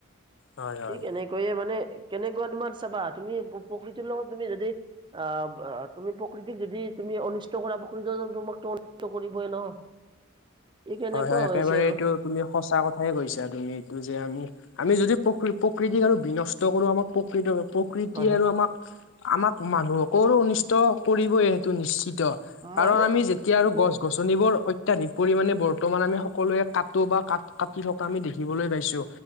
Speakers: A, on the left; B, on the right.
A: হয় হয়
B: ঠিক এনেকৈয়ে মানে কেনেকুৱা তোমাৰ চাবা তুমি প্ৰকৃতিৰ লগত তুমি যদি অ তুমি প্ৰকৃতিক যদি তুমি অনিষ্ট কৰা প্ৰকৃতিটো তোমাকটো অনিষ্ট কৰিবই ন ই কেনেকুৱা
A: হয় হয় একেবাৰে
B: হৈ আছে আৰু
A: এইটো তুমি সঁচা কথাই কৈছা তুমি এইটো যে আমি আমি যদি প্ৰ প্ৰকৃতিক আৰু বিনষ্ট কৰো আমাক প্ৰকৃৃতিৰ প্ৰকৃতি
B: হয় হয়
A: আৰু আমাক আমাক মানুহকৰৰো অনিষ্ট কৰিবই সেইটো নিশ্চিত কাৰণ
B: মানে
A: আমি যেতিয়া আৰু
B: মোক
A: গছ-গছনিবোৰ অত্যাধিক পৰিমানে বৰ্ত বৰ্তমান আমি সকলোৱে কাটো বা ক কাটি থকা আমি দেখিবলৈ পাইছো